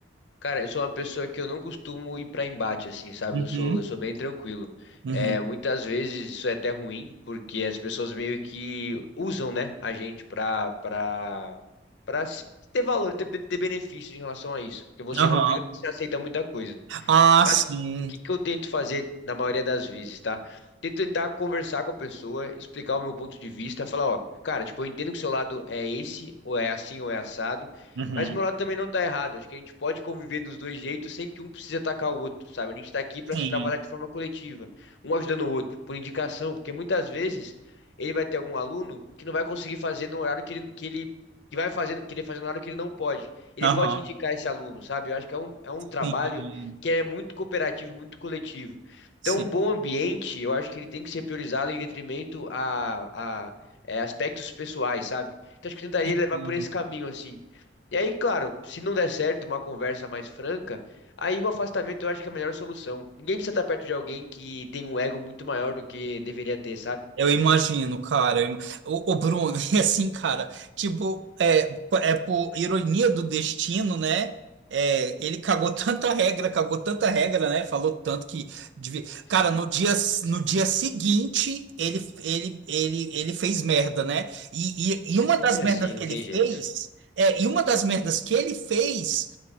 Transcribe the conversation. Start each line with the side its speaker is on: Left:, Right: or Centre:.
Left: Cara, eu sou uma pessoa que eu não costumo ir pra embate, assim, sabe?
Right: Uhum,
Left: Eu sou, eu sou bem tranquilo.
Right: uhum,
Left: É, muitas vezes isso é até ruim, porque as pessoas meio que usam, né, a gente pra, pra, pra se- ter valor, ter, ben- ter benefício em relação a isso. Porque você
Right: aham.
Left: não briga, você aceita muita coisa.
Right: Ah,
Left: Mas
Right: sim.
Left: o que que eu tento fazer na maioria das vezes, tá? Tento tentar conversar com a pessoa, explicar o meu ponto de vista, falar, ó, cara, tipo, eu entendo que o seu lado é esse, ou é assim, ou é assado,
Right: Uhum,
Left: mas o meu lado também não tá errado. Acho que a gente pode conviver dos dois jeitos sem que um precise atacar o outro, sabe? A gente tá aqui pra
Right: sim.
Left: se trabalhar de forma coletiva, um ajudando o outro, por indicação, porque muitas vezes ele vai ter algum aluno que não vai conseguir fazer no horário que ele, que ele que vai fazer, querer fazer no horário que ele não pode. Ele
Right: Aham,
Left: pode indicar esse aluno, sabe? Eu acho que é um, é um
Right: sim.
Left: trabalho que é muito cooperativo, e muito coletivo.
Right: Sim.
Left: Então, um bom ambiente, eu acho que ele tem que ser priorizado em detrimento a, a é, aspectos pessoais, sabe? Então, acho que eu tentaria
Right: Sim.
Left: levar por esse caminho, assim. E aí, claro, se não der certo uma conversa mais franca, aí o afastamento eu acho que é a melhor solução. Ninguém precisa estar perto de alguém que tem um ego muito maior do que deveria ter, sabe?
Right: Eu imagino, cara. Eu im- Ô, ô, Bruno, <laughs> e assim, cara, tipo, é, p- é por ironia do destino, né? É, ele cagou <laughs> tanta regra, cagou tanta regra, né? Falou tanto que. devia-
Left: Sim.
Right: Cara, no dia, s- no dia seguinte, ele, ele, ele, ele fez merda, né? E, e, e uma
Left: É sempre
Right: das merdas
Left: assim,
Right: que
Left: não
Right: ele
Left: tem
Right: fez.
Left: jeito.
Right: É, e uma das merdas que ele fez